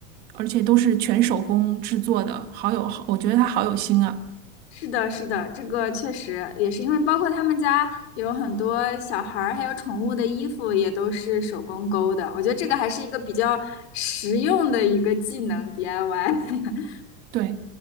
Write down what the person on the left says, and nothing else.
是的，是的，这个确实也是因为包括他们家有很多小孩儿还有宠物的衣服也都是手工勾的，我觉得这个还是一个比较实用的一个技能 DIY。<laughs>